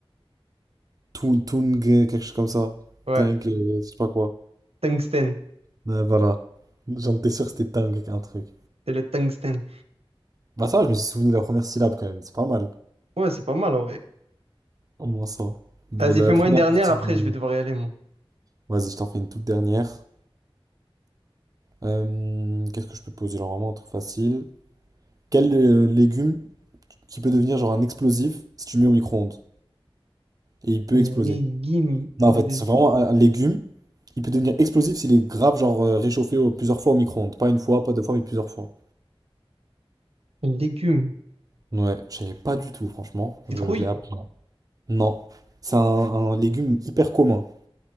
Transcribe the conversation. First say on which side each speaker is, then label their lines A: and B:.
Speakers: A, on the right; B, on the right.
A: Tung, Tung, quelque chose comme ça.
B: Ouais,
A: Tung, euh, je sais pas quoi.
B: tungstène.
A: Ouais, voilà. J'en étais sûr que c'était Tung, un truc.
B: C'est le tungstène.
A: Bah ça, je me suis souvenu de la première syllabe quand même, c'est pas mal.
B: Ouais, c'est pas mal en vrai.
A: Au moins ça. La,
B: Vas-y,
A: la
B: fais-moi
A: première
B: une dernière,
A: partie
B: après
A: du...
B: je vais devoir y aller, moi.
A: Vas-y, je t'en fais une toute dernière. Euh, qu'est-ce que je peux te poser? Genre vraiment un truc facile. Quel euh, légume qui peut devenir genre un explosif si tu le mets au micro-ondes? Et il peut
B: Un
A: exploser.
B: Légume.
A: Non, en
B: de-
A: fait, c'est vraiment un, un légume. Il peut devenir explosif s'il est grave genre euh, réchauffé au- plusieurs fois au micro-ondes. Pas une fois, pas deux fois, mais plusieurs fois.
B: Un Légume.
A: Ouais, je savais pas du tout, franchement. Je,
B: Citrouille.
A: je l'ai appris. Non. C'est un, un légume hyper commun.